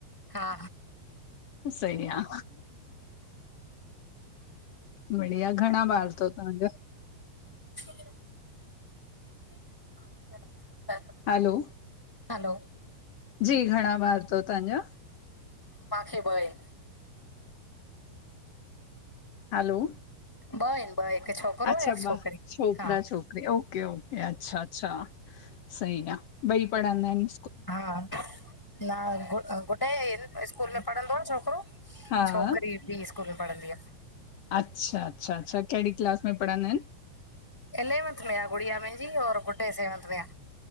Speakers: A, in the centre; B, on the left (about 80°).
A: हा
B: सही आं बढ़िया घणा ॿार अथव तव्हांजा
A: ह <unintelligible>
B: हलो
A: हलो
B: जी घणा ॿार अथव तव्हांजा
A: मांखे ॿ आहिन
B: हलो
A: ॿ आहिन ॿ हिकु छोकिरो
B: अच्छा
A: आहे हिकु छोकरी
B: ॿार छोकिरा
A: हा
B: छोकिरी ओके ओके अच्छा अच्छा सही आहे ॿई पढ़ंदा आहिन
A: हा न गुडे स्कूल में पढ़ंदो आ छोकिरो।
B: हा
A: छोकरी ॿी में स्कूल में पढ़ंदी आ।
B: अच्छा -अच्छा अच्छा कहिड़ी क्लास में पढ़ंदा आहिनि?
A: इलेवंथ में आ गुड़िया मुहिंजी और गुडे सेवंथ में आ।